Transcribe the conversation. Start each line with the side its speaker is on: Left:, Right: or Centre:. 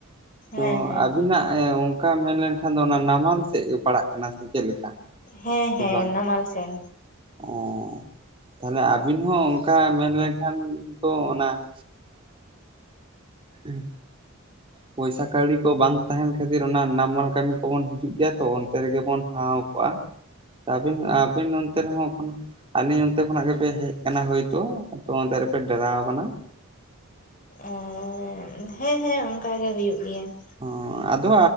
Left: ᱦᱮᱸ
Right: ᱛᱚ
Left: ᱦᱮᱸ
Right: ᱟᱵᱤᱱᱟᱜ ᱮ ᱚᱝᱠᱟ ᱢᱮᱱ ᱞᱮᱱᱠᱷᱟᱱ ᱫᱚ ᱚᱱᱟ ᱱᱟᱢᱟᱞ ᱥᱮᱫ ᱜᱮ ᱯᱟᱲᱟᱜ ᱠᱟᱱᱟ᱾ ᱪᱮᱫ ᱞᱮᱠᱟ?
Left: ᱦᱮᱸ
Right: ᱥᱮ
Left: ᱦᱮᱸ
Right: ᱵᱟᱝ
Left: ᱱᱟᱢᱟᱞ ᱥᱮᱱ᱾
Right: ᱚ᱾ ᱛᱟᱦᱞᱮ ᱟᱵᱤᱱ ᱦᱚᱸ ᱚᱝᱠᱟ ᱢᱮᱱ ᱞᱮᱱᱠᱷᱟᱱ ᱫᱚ ᱚᱱᱟ- ᱩᱸ ᱾ ᱯᱚᱭᱥᱟ ᱠᱟᱹᱣᱰᱤ ᱠᱚ ᱵᱟᱝ ᱛᱟᱦᱮᱱ ᱠᱷᱟᱹᱛᱤᱨ ᱚᱱᱟ ᱱᱟᱢᱟᱞ ᱠᱟᱹᱢᱤ ᱠᱚᱵᱚᱱ ᱦᱤᱡᱩᱜ ᱜᱮᱭᱟ ᱛᱚ ᱾ ᱛᱮ ᱜᱮ ᱵᱚᱱ ᱴᱷᱟᱶ ᱠᱚᱜᱼᱟ ᱛᱚ ᱟᱵᱤᱱ ᱟᱵᱤᱱ ᱚᱱᱛᱮ ᱨᱮᱦᱚᱸ ᱩᱸ ᱟᱞᱤᱧ ᱚᱱᱛᱮ ᱠᱷᱚᱱᱟᱜ ᱜᱮᱯᱮ ᱦᱮᱡ ᱠᱟᱱᱟ ᱦᱳᱭ ᱛᱳ ᱟᱫᱚ ᱚᱱᱛᱮ ᱨᱮᱯᱮ ᱰᱮᱨᱟᱣ ᱠᱟᱱᱟ ᱾
Left: ᱟᱻ ᱦᱮᱸ-ᱦᱮᱸ ᱚᱝᱠᱟ ᱜᱮ ᱦᱩᱭᱩᱜ ᱜᱮᱭᱟ ᱾
Right: ᱦᱩᱸ ᱟᱫᱚ